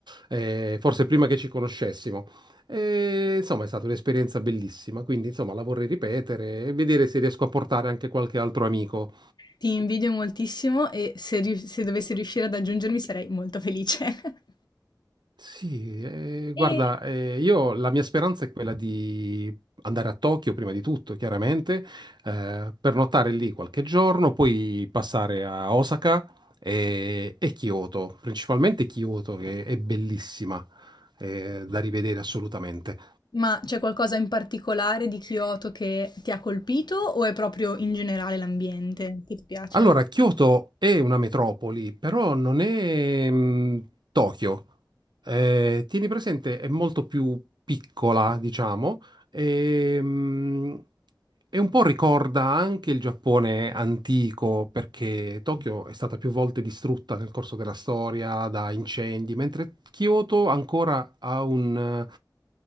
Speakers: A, on the right (about 80°); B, on the left (about 75°).
A: eh, forse prima che ci conoscessimo. E, insomma, è stata un'esperienza bellissima, quindi insomma la vorrei ripetere e vedere se riesco a portare anche qualche altro amico.
B: ti invidio moltissimo e se, riu- se dovessi riuscire ad aggiungermi sarei molto felice. <laughs>
A: Sì, eh, guarda,
B: E...
A: eh, io la mia speranza è quella di andare a Tokyo prima di tutto, chiaramente, eh, pernottare lì qualche giorno, poi passare a Osaka e, e Kyoto, principalmente Kyoto che è bellissima, eh, da rivedere assolutamente.
B: Ma c'è qualcosa in particolare di Kyoto che ti ha colpito o è proprio in generale l'ambiente che ti piace?
A: Allora, Kyoto è una metropoli, però non è mh, Tokyo. Eh, tieni presente, è molto più piccola, diciamo, e, mh, e un po' ricorda anche il Giappone antico, perché Tokyo è stata più volte distrutta nel corso della storia da incendi, mentre Kyoto ancora ha un,